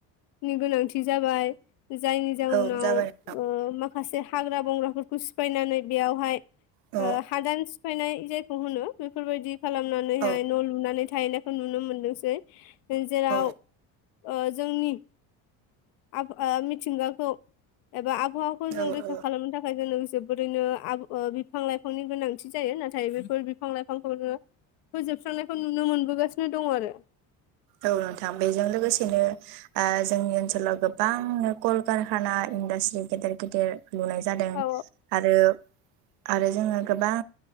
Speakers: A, on the left (about 80°); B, on the right (about 75°).
A: नि गोनांथि जाबाय जायनि जाउनाव
B: औ जाबाय नोंथां
A: ओ माखासे हाग्रा बंग्राफोरखौ सिफायनानै बेयावहाय
B: औ
A: ओ हादान सिफायनाय जा होनो बेफोरबायदि खालामनानैहाय
B: औ
A: न' लुनानै थाहैनायखौ नुनो मोनदोंसै। नों जेराव
B: औ
A: ओ जोंनि ओ आब मिथिंगाखौ एबा आब आबखाहाखौ जों
B: औ
A: रैखा
B: औ
A: खालामनो थाखाय जोङो जोबोरैनो आब ओ बिफां लाइफांनि गोनांथि जायो नाथाय बेफोर बिफां लाइफांखौनो फोजोबस्रांनायखौ नुनो मोनबोगासिनो दङ आरो
B: औ नोंथां बेजों लोगोसेनो ओ जोंनि ओनसोलाव गोबांनो कल कारखाना इन्डास्ट्रि गेदेर गेदेर लुनाय जादों
A: औ
B: आरो आरो जोङो गोबां